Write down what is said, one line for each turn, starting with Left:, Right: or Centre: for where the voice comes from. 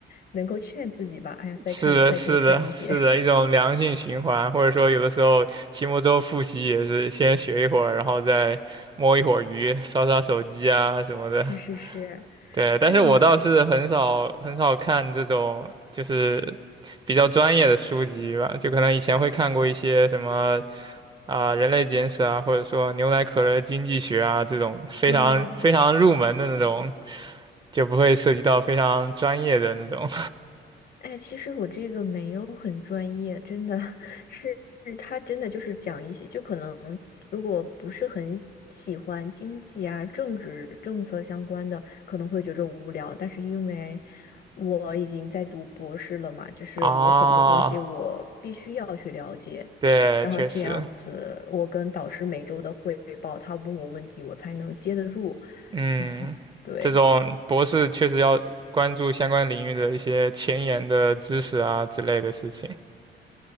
Left: 能够劝自己吧。哎呀，再看，
Right: 是的，
Left: 再多看一些。
Right: 是的，是的，
Left: <laughs>
Right: 一种良性循环，或者说有的时候期末周复习也是先学一会儿，然后再摸一会儿鱼，刷刷手机啊什么的。
Left: 是是是，
Right: 对，但是我倒是很少很少看这种就是比较专业的书籍吧，
Left: 那你平
Right: 就可能以前会看过一些什么啊、人类简史》啊，或者说《牛奶可乐经济学》啊这种非常非常入门的那种，
Left: 啊？
Right: 就不会涉及到非常专业的那种
Left: 哎，其实我这个没有很专业，真的 <laughs> 是他真的就是讲一些，就可能如果不是很喜欢经济啊、政治政策相关的，可能会觉着无聊。但是因为我已经在读博士了嘛，就是我很多东西我必须要去了解，
Right: <laughs> 啊。对，
Left: 然后这样子我跟导师每周的汇报，
Right: 确实。
Left: 他问我问题，我才能接得住。
Right: 嗯，
Left: 然后 <laughs> 对。
Right: 这种博士确实要关注相关领域的一些前沿的知识啊之类的事情。